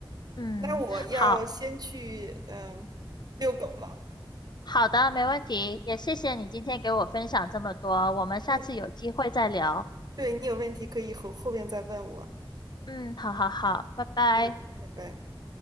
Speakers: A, on the left; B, on the right.
A: 嗯，
B: 那我要先去嗯遛狗了。
A: 好。好的，没问题，也谢谢你今天给我分享这么多，我们下次有机会再聊。
B: 嗯，对，你有问题可以后后面再问我。
A: 嗯，好好好，拜拜。
B: 嗯，拜拜。